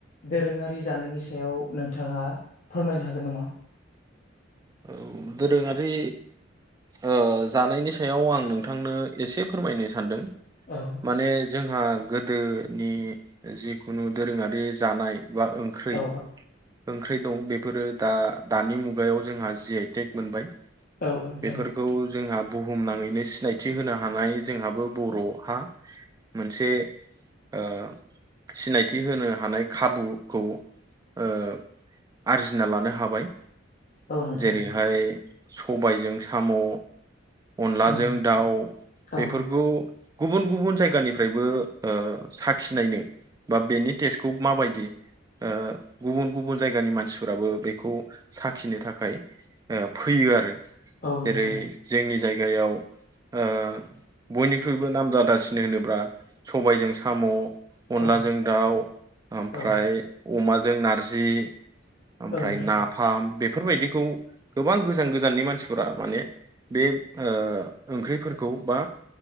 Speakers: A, on the left; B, on the right.
A: दोरोङारि जानायनि सायाव नोंथाङा फोरमायनो हागोन नामा?
B: औ दोरोङारि ओ जानायनि सायाव आं नोंथांनो एसे फोरमायनो सानदों।
A: औ
B: माने जोंहा गोदोनि जिखुनु दोरोङारि जानाय। बां ओंख्रै
A: औ
B: ओंख्रै दं बेफोरो दा दानि मुगायाव ज जोंहा जि आइ टेक मोनबाय
A: औ नोंथां
B: बेफोरखौ जोंहा बुहुमनाङै बेनि सिनायथि होनो हानाय जोंहाबो बर'हा मोनसे ओ सिनायथि होनो हानाय खाबुखौ ओ आरजिना लानो हाबाय।
A: औ नोंथां
B: जेरैहाय सबायजों साम'। अनलाजों
A: उम
B: दाउ
A: औ
B: बेफोरखौ। गुबुन गुबुन जायगानिफ्रायबो ओ साखिनायनो बा बेनि टेस्टखौ माबायदि ओ गुबुन गुबुन जायगानि मानसिफोराबो बेखौ साखिनो थाख खाय ओ फैयो आरो
A: औ
B: जेरै
A: नोंथां
B: जोंनि। जायगायाव ओ बयनिख्रुइबो नाम जादासिन होनोब्ला। सबायजों साम'। अनलाजों
A: औ
B: दाउ ओमफ्राय
A: औ
B: अमाजों नारजि। ओमफ्राय
A: औ नोंथां
B: नाफाम बेफ फोरबायदिखौ गोबां गोजान गोजाननि मानसिफोरा माने बे ओ ओंख्रिफोरखौ बा